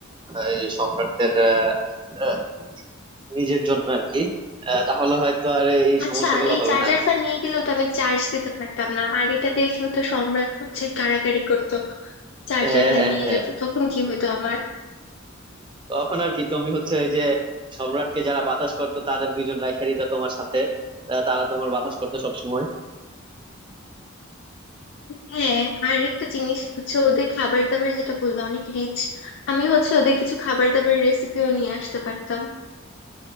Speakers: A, on the right; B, on the left.
A: আহ, এই সম্রাটদের আহ, আহ, নিজের জন্য আর কি আহ, তাহলে হয়তো আর এই
B: আচ্ছা
A: সমস্যাগুলো
B: এই
A: হবে
B: চার্জার
A: না
B: ফ্যান নিয়ে গেলেও তো আমি চার্জ দিতে পারতাম না আর এটা দেখেও তো সম্রাট হচ্ছে কাড়াকাড়ি করতো চার্জার
A: হ্যাঁ
B: ফ্যান
A: হ্যাঁ
B: নিয়ে
A: হ্যাঁ
B: যেত তখন কি হতো আমার
A: তখন আর কি তুমি হচ্ছে ওই যে সম্রাটকে যারা বাতাস করতো তাদের দুইজন রাইখা দিতা তোমার সাথে আহ, তারা তোমার বাতাস করতো সবসময়
B: হ্যাঁ আর একটা জিনিস হচ্ছে ওদের খাবার দাবার যেটা বললাম অনেক রিচ আমি হচ্ছে ওদের কিছু খাবার দাবারের রেসিপিও নিয়ে আসতে পারতাম